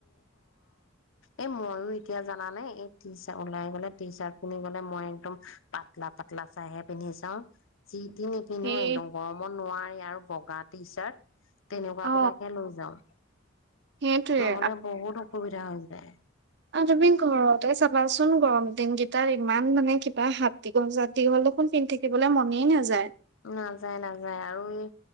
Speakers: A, on the left; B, on the right.
A: এ, মইও এতিয়া জানা নে, এই টি চা ওলাই গ'লে টি চাৰ্ট পিন্ধি গ'লে মই একদম পাতলা পাতলা চাইহে পিন্ধি চাওঁ। যি তি নিপিন্ধো
B: সেই
A: একদম গৰমত নোৱাৰি আৰু পগা টি চাৰট। তেনেকুৱা
B: অ
A: বিলাকে লৈ যাওঁ।
B: সেইটোয়ে
A: নহ'লে বহুত অসুবিধা হৈ যায়।
B: অ', তুমি ঘৰতে চাবাচোন, গৰম দিনকেইটাত ইমান মানে কিবা হাত দীঘল, চাত দীঘল দেখোন পিন্ধি থাকিবলৈ মনেই নাযায়।
A: নাযায় নাযায় আৰু এই